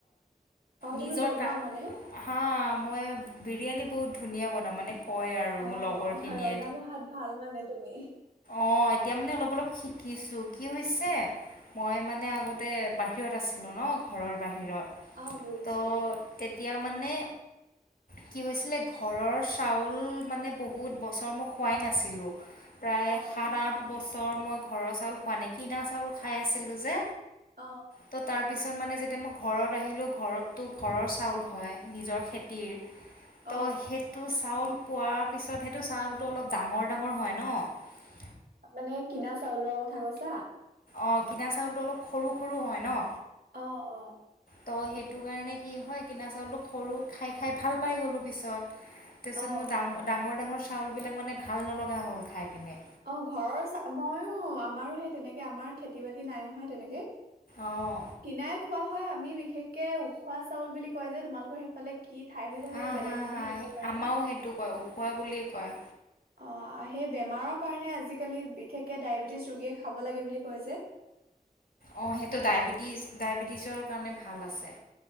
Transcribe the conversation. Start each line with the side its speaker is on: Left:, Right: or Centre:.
Right: অ তুমি
Left: নিজৰ
Right: বনোৱা মানে
Left: হা মই বিৰিয়ানী বহুত বুধ ধুনীয়া বনাওঁ মানে কয় আৰু
Right: অঁ
Left: মোৰ লগৰখিনিয়ে
Right: ৰন্ধা বঢ়াত ভাল মানে তুমি
Left: অ অঁএতিয়া মানে অলপ অলপ শিকিছো কি হৈছে মই মানে আগতে বাহিৰত আছিলো ন ঘৰৰ বাহিৰত
Right: অ বুজিছো
Left: ত তেতেয়া এতিয়া মানে কি হৈছিলে ঘৰৰ চাউল মানে বহুত বছৰ মই খোৱাই নাছিলোঁ প্ৰায়
Right: অ
Left: সাত আঠ
Right: হয়
Left: বছৰ মই ঘৰৰ চাউল খোৱা নাই কিনা চাউল খাই আছিলোঁ যে
Right: অ
Left: ত' তাৰ পিছত মানে যেতিয়া মই ঘৰত আহিলোঁ ঘৰতটো ঘৰৰ চাউল হয় নিজৰ খেতিৰ
Right: অ
Left: ত' সেইটো চাউল পোৱাৰ পিছত সেইটো চাউলটো অলপ ডাঙৰ ডাঙৰ হয় ন
Right: মানে কিনা চাউলৰ কথা কৈছা
Left: অ কিনা চাউলটো অলপ সৰু সৰু হয় ন
Right: অ অ
Left: তো সেইটো কাৰণে কি হয় কিনা চাউল সৰু খাই খাই ভাল পাই গ'লোঁ পিছত তাৰ পিছত
Right: অ
Left: মোৰ ডা ডাঙৰ ডাঙৰ চাউলবিলাক মানে ভাল নলগা হ'ল খাই পিনে
Right: অ ঘৰৰ চাউ মইয়ো আমাৰো সেই তেনেকে আমাৰ খেতি বাতি নাই নহয় তেনেকে
Left: অঁ
Right: কিনাৰে খোৱা হয় আমি বিশেষকে উখোৱা চাউল বুলি কয় যে তোমালোকৰ সেইফালে কি ঠাই ভেদে
Left: হ
Right: হয়তো বেলেগ
Left: হা
Right: নামো
Left: হা
Right: থাকিব পাৰে
Left: আমাৰও সেইটো কয় উখোৱা বুলিয়ে কয়
Right: অঁ সেই বেমাৰক কাৰ আজিকালি বিশেষকে ডায়বেটিছ ৰোগীয়ে খাব লাগে বুলি কয় যে
Left: অ সেইটো ডায়বেটিছ ডায়বেটিছৰ কাৰণে ভাল আছে